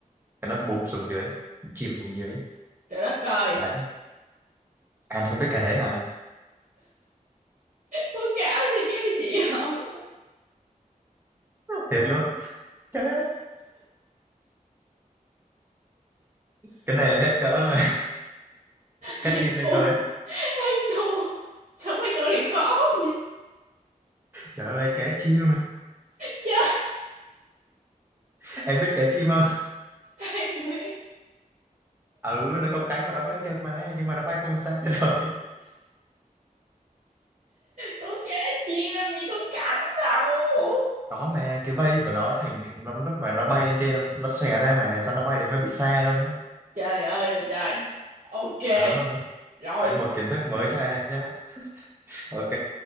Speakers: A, on the right (about 15°); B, on the right (about 55°).
A: cái nó bụp xuống dưới chìm xuống dưới
B: trời đất trời
A: đấy anh không biết cái đấy hả
B: con cá gì kia nó gì không
A: thiệt luôn <laughs> cái, cái này là hết cỡ rồi <laughs>
B: ăn
A: hết pin
B: thua
A: được rồi
B: ăn thua sao mấy câu này khó vậy
A: trời ơi cá chim
B: trời
A: <laughs> em biết cá chim không
B: ăn biết
A: ừ nó có cánh mà nó bay được mà nhưng mà nó bay không xa thôi
B: con cá chim làm gì có cánh đâu
A: <laughs> đó mà cái vây của nó thành cái- nó lúc mà nó bay lên trên nó, nó xòe ra mà sao nó bay được hơi bị xa luôn á
B: trời ơi là trời ok
A: đó
B: rồi
A: đấy một kiến thức mới cho em nhé ok